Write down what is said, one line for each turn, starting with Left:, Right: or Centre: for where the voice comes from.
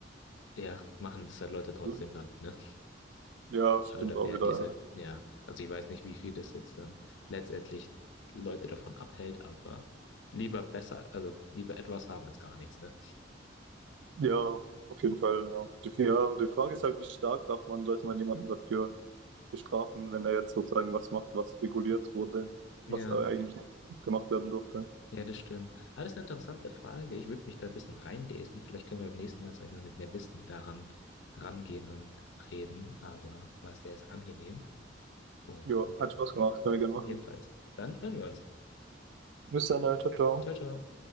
Left: ja, machen das halt Leute trotzdem
Right: Mhm.
Left: dann, ne?
Right: Ja, stimmt
Left: Oder
Right: auch
Left: werden
Right: wieder.
Left: die es halt, ja, also ich weiß nicht, wie viel das jetzt dann letztendlich Leute davon abhält, aber lieber besser, also lieber etwas haben als gar nichts, ne?
Right: Ja, Ja, auf jeden Fall. Ja. Die, ja, die Frage ist halt, wie stark darf man, sollte man jemanden dafür bestrafen, wenn er jetzt sozusagen was macht, was reguliert wurde, was
Left: Ja,
Right: äh, eigentlich nicht gemacht werden durfte.
Left: ja, das stimmt. Ah, das ist eine interessante Frage. Ich würde mich da ein bisschen reinlesen. Vielleicht können wir beim nächsten Mal, sag ich mal, mit mehr Wissen daran rangehen und reden, aber war sehr, sehr angenehm. Und
Right: Ja, hat Spaß gemacht, können wir gerne machen.
Left: ebenfalls, dann hören wir uns.
Right: Bis dann, äh, ciao, ciao.
Left: Ciao, ciao.